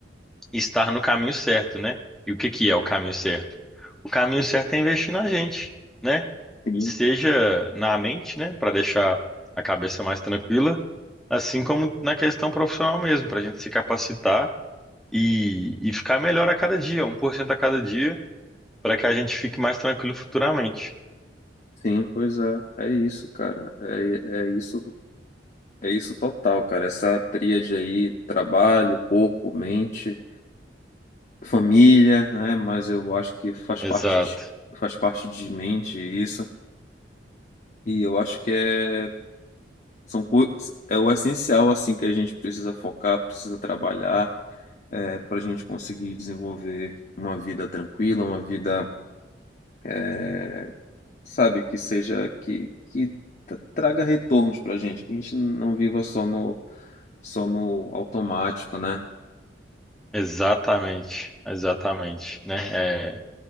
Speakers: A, in the centre; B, on the left.
A: estar no caminho certo, né? E o que que é o caminho certo? O caminho certo é investir na gente, né?
B: sim,
A: Seja na mente, né, para deixar a cabeça mais tranquila, assim como na questão profissional mesmo, para a gente se capacitar e, e ficar melhor a cada dia, um por cento a cada dia, para que a gente fique mais tranquilo futuramente.
B: sim, pois é, é isso, cara, é, é isso, é isso total, cara, essa tríade aí, trabalho, corpo, mente, família, né? Mas eu acho que faz
A: Exato,
B: parte de, faz parte de mente isso. E eu acho que é, são, co- é o essencial assim que a gente precisa focar, precisa trabalhar é, para a gente conseguir desenvolver uma vida tranquila, uma vida, é, sabe, que seja que, que tra- traga retornos para a gente, que a gente não viva só no só no automático, né?
A: exatamente, exatamente, né? É,